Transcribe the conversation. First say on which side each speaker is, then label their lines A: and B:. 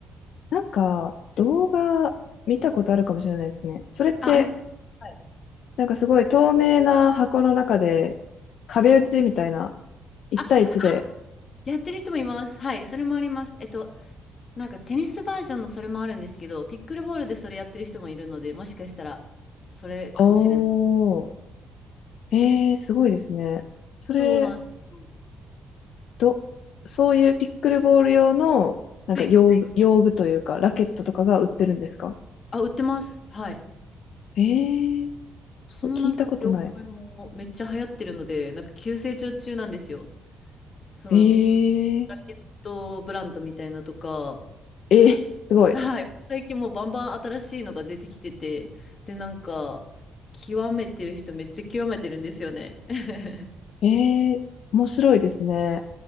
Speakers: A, on the left; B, on the left.
A: なんか動画見たことあるかもしれないですね。それって、
B: あ、あります。はい。
A: なんかすごい透明な箱の中で壁打ちみたいな、一対一で。
B: あ、あ、やってる人もいます。はい、それもあります。えっと、なんかテニスバージョンのそれもあるんですけど、ピックルボールでそれやってる人もいるので、もしかしたらそれかもしれない。
A: おー、えー、すごいですね。それ、
B: そうなんですよ。
A: ど、そういうピックルボール用の、なんか用具、
B: はい。
A: 用具というか、ラケットとかが売ってるんですか
B: あ、売ってます。はい。
A: えー、すごい、
B: そのなんか業界もめっちゃ流行ってるので、
A: 聞いたことない。
B: なんか急成長中なんですよ。そのピック
A: え
B: ラケットブランドみたいなとか、
A: ー、えー、すごい。
B: はい。最近もうバンバン新しいのが出てきてて、で、なんか、極めてる人めっちゃ極めてるんですよね。<laughs>
A: えー、面白いですね。